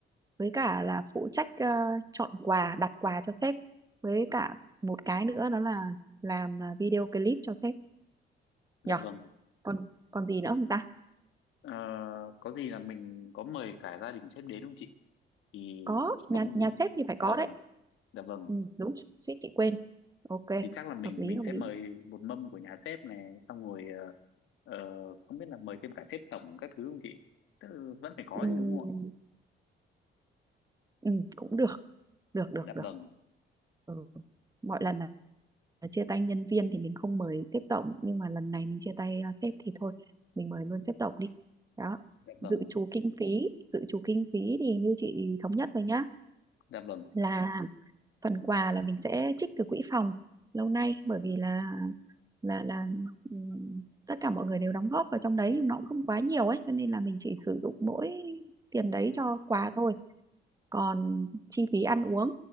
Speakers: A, on the right (about 20°); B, on the left (about 80°).
A: với cả là phụ trách ờ, chọn quà đặt quà cho sếp với cả một cái nữa đó là làm ờ, video clip cho sếp
B: dạ
A: nhở
B: vâng
A: còn còn gì nữa không ta
B: Ờ, có gì là mình có mời cả gia đình sếp đến không chị thì
A: có
B: chắc
A: nhà
B: là
A: nhà sếp thì phải
B: dạ
A: có
B: vâng
A: đấy
B: dạ vâng
A: ừ, đúng suýt chị quên ok
B: thì chắc là mình
A: hợp lý
B: mình
A: hợp
B: sẽ
A: lý
B: mời một mâm của nhà sếp này xong rồi ờ, ờ, không biết là mời thêm cả sếp tổng các thứ không chị Tức là vẫn phải có
A: ừ,
B: chứ đúng không ạ
A: ừ, cũng được được được
B: dạ
A: được
B: vâng
A: ừ. mọi lần Ờ, chia tay nhân viên thì mình không mời sếp tổng nhưng mà lần này mình chia tay à, sếp thì thôi mình mời luôn sếp tổng đi đó
B: dạ vâng
A: dự trù kinh phí dự trù kinh phí thì như chị thống nhất rồi nhá
B: dạ vâng
A: là phần quà là mình sẽ trích từ quỹ phòng lâu nay bởi vì là là là ừm, tất cả mọi người đều đóng góp vào trong đấy nhưng nó cũng không quá nhiều ấy cho nên là mình chỉ sử dụng mỗi tiền đấy cho quà thôi còn chi phí ăn uống